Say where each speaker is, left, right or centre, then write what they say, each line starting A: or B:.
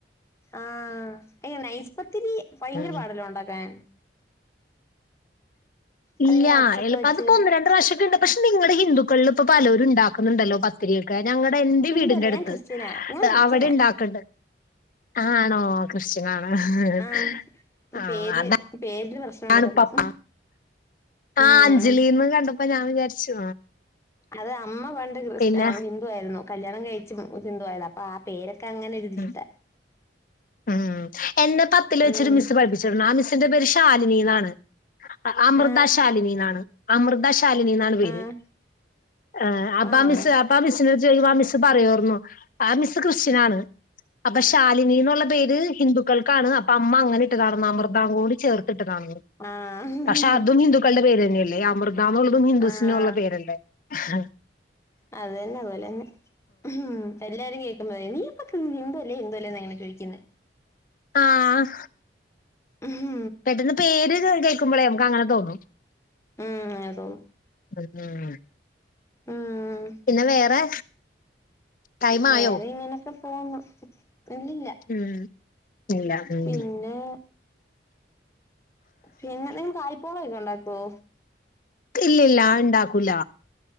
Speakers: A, on the left; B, on the left.
A: ആഹ് ഏ നൈസ്പത്തിരി ഭയങ്കര
B: ഉം
A: പാടല്ലേ ഒണ്ടാക്കാൻ?
B: ഇല്ലൃ
A: അതിങ്ങനെ അച്ചൊക്കെ
B: എള്പ്പാ
A: വെച്ച്
B: അത്പ്പൊ ഒന്ന് രണ്ട് പ്രാശ്യക്കെണ്ട് പക്ഷേ നിങ്ങടെ ഹിന്ദുക്കളിൽ ഇപ്പ പലരും ണ്ടാക്കുന്നുണ്ടല്ലോ പ ത്തിരിയോക്കെ ഞങ്ങടെ എന്റെ
A: ഹിന്ദുവല്ല
B: വീടിന്റെ അടുത്ത്
A: ഞാൻ ക്രിസ്ത്യനാ ഞാൻ ക്രിസ്ത്യനാ
B: അവടെ ഇണ്ടാക്ക്ണ്ട്. ആണോ? കൃഷ് കാണാ ഹാ
A: ആഹ്
B: അഹ്
A: പേര്
B: അതാ
A: പേരില് പ്രശ്നം ഉണ്ടെന്നുള്ളു
B: ആണ്പ്പപ്പ ആഹ്
A: ഉം
B: അഞ്ജലീന്ന് കണ്ടപ്പോ ഞാൻ വിചാരിച്ചു.
A: അത് അമ്മ പണ്ട് ക്രിസ്ത്യ
B: പിന്നെ
A: ഏഹ് ഹിന്ദുവായിരുന്നു കല്യാണം കഴിച്ച് ഹിന്ദുവായത അപ്പ ആഹ്. പേരൊക്കെ അങ്ങനെ ഒരിതിലിട്ടാ.
B: ഉം ഉം എന്നെ പത്തില് വെച്ചൊരു
A: ഉം
B: മിസ്സ് പഠിപ്പിച്ചിട്ട്ണ്ട് ആഹ് മിസ്സിന്റെ പേര് ഷാലിനിന്നാണ്. അഹ് അമൃത
A: ആഹ്
B: ശാലിനിന്നാണ് അമൃതശാലിനിന്നാണ് പേര്.
A: ആഹ്
B: ആഹ് അപ്പാ
A: ആഹ്
B: മിസ്സ് അപ്പാ മിസ്സ്. ദൈവാ മിസ്സ് പറയോർന്നു ആഹ് മിസ്സ് ക്രിസ്ത്യനാണ് അപ്പോ ഷാലിനിന്ന്ള്ള പേര്. ഹിന്ദുക്കൾക്കാണ് അപ്പ അമ്മ അങ്ങനെ ഇട്ട് കാണുംന്ന് അമൃതാന്നു കൂടി ചേർത്ട്ട് കാണുംന്ന്.
A: ആഹ്
B: പക്ഷ അതും ഹിന്ദുക്കൾടെ പേര്ന്നെല്ലേ അമൃതാന്നുള്ളതും ഹിന്ദുസിനുള്ള
A: ആഹ്
B: പേരല്ലേ. ഹാ.
A: അതന്നെ അതു പോലെന്നെ ഉഹ് എല്ലാരും കേൾക്കുന്നൊരെ നീ വക്ക് ഹിന്ദു അല്ലേ ഹിന്ദു അല്ലേ എന്നങ്ങെനെ ചോയ്ചീന്നെ.
B: ആഹ്.
A: മ് ഹു.
B: പെട്ടെന്ന് പേര് കേൾ കേക്കുമ്പളെ നമ്മുക്കങ്ങനെ തോന്നും.
A: ഉം അത് തോന്നും.
B: ഉം ഉഹ്.
A: ഉം
B: പിന്നെ വേറെ? ടൈം
A: വേറേം
B: ആയോ
A: ഇങ്ങനെക്കെ പോവുന്നു ഇല്ലില്ല.
B: ഉം ഇല്ല തോന്നി.
A: പിന്നെ പിന്നെ നിങ്ങക്ക് ഐപോളൊക്കെ ഉണ്ടാക്കോ?
B: ഇല്ലൃല്ല അഅ് ഇണ്ടാക്കൂല.